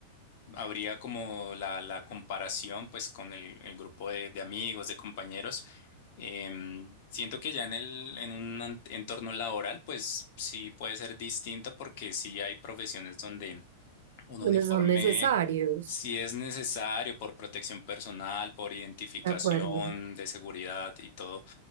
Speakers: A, on the left; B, on the right.
A: habría como la, la comparación pues con el, el grupo de, de amigos, de compañeros. Em, siento que ya en el, en un an- entorno laboral pues sí puede ser distinto porque sí hay profesiones donde un
B: donde
A: uniforme
B: son necesarios,
A: sí es necesario por protección personal, por identificación
B: ¿de acuerdo?
A: de seguridad y todo.